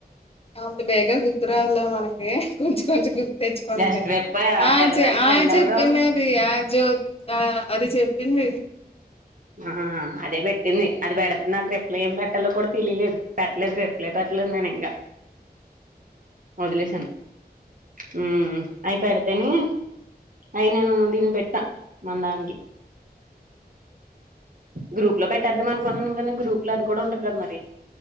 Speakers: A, on the left; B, on the right.
A: ఔట్ బేగా గుర్తు రాదులే మనకి కొంచెం కొంచెం గుర్ తెచ్చుకుంటా
B: వెస్ట్
A: కానీ
B: వెప్పర్ ఆ
A: ఆయ
B: తెల్లదాని
A: చె
B: ఫ్రెండ్
A: ఆయ చెప్పింది
B: ఎవరో
A: అది ఆ జ్యో ఆ అది చెప్పింది
B: ఆహా అదే పెట్టింది అది పెడితే నాకు రిప్లై ఏం పెట్టాలో కూడా తెలియలేదు పెట్టలేదు రిప్లై పెట్టలేదు అట్లనే ఉన్న ఇంకా వదిలేసాను ఉమ్ అయిపేడితేనే అయి నేను దీనికి పెట్టా మన దానికి గ్రూప్ లో పెట్టేద్దాం అనుకున్నాను కానీ గ్రూప్ లో అది కూడా ఉంటాది కదా మరి